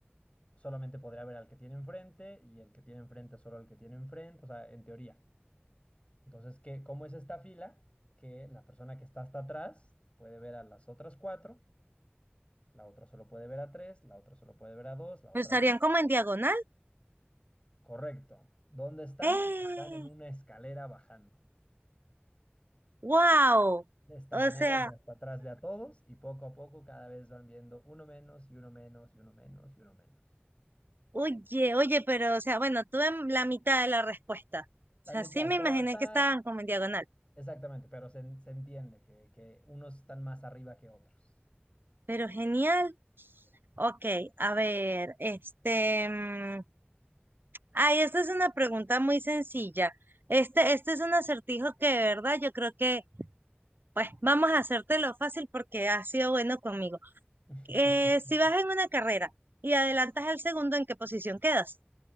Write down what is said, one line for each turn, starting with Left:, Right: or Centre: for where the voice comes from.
Left: solamente podría ver al que tiene enfrente y el que tiene enfrente solo al que tiene enfrente, o sea, en teoría. Entonces, ¿qué, cómo es esta fila? Que la persona que está hasta atrás puede ver a las otras cuatro, la otra solo puede ver a tres, la otra solo puede ver a dos, la otra
Right: Pero Estarían
Left: a
Right: como en diagonal.
Left: Correcto. ¿Dónde están?
Right: ¡Eh!
Left: Están en una escalera bajando.
Right: ¡Wow!
Left: De esta
Right: O
Left: manera,
Right: sea,
Left: el de hasta atrás ve a todos y poco a poco cada vez van viendo uno menos y uno menos y uno menos y uno menos.
Right: oye, oye, pero, o sea, bueno, tuve la mitad de la respuesta.
Left: La
Right: O sea,
Left: mitad,
Right: sí me
Left: pero
Right: imaginé
Left: está
Right: que estaban como en diagonal,
Left: exactamente, pero se, en- se entiende que, que unos están más arriba que otros.
Right: pero genial. Ok, a ver, este, mm, ay, esta es una pregunta muy sencilla. Este, este es un acertijo que de verdad yo creo que, pues, vamos a hacértelo fácil porque has sido bueno conmigo.
Left: <laughs>
Right: Eh, si vas en una carrera y adelantas al segundo, ¿en qué posición quedas?